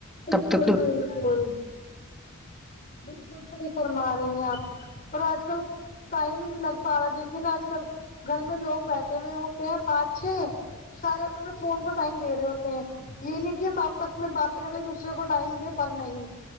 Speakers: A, on the left; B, in the centre.
A: بالکل
B: تب تک تو
A: بالکل بالکل صحیح فرما رہی ہیں آپ اور آج کل ٹائم ہی نہیں لگ پا رہا دیکھیے نا آج کل گھر میں لوگ بیٹھے ہوئے ہو ہیں پانچ چھ سارے اپنے فون کو ٹائم دے رہے ہوتے ہیں یہ نہیں کہ ہم آپس میں باتیں کرے دوسرے کو ٹائم دیں پر نہیں